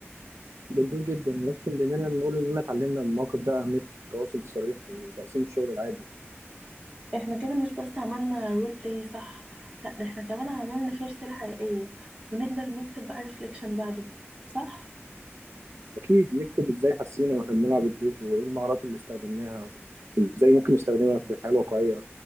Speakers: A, on the right (about 85°); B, on the right (about 25°).
A: جميل جدا ونختم بإننا نقول إننا اتعلمنا من الموقف ده أهمية التواصل الصريح وتقسيم الشغل العادي
B: احنا كده مش بس عملنا رول بلاي صح لا ده احنا كمان عملنا فيه رسالة حقيقية ونقدر نكتب بقى ريفليكشن بعده صح
A: أكيد نكتب إزاي حسينا وإحنا بنلعب الدور وإيه المهارات اللي استخدمناها إزاي ممكن نستخدمها في الحياة الواقعية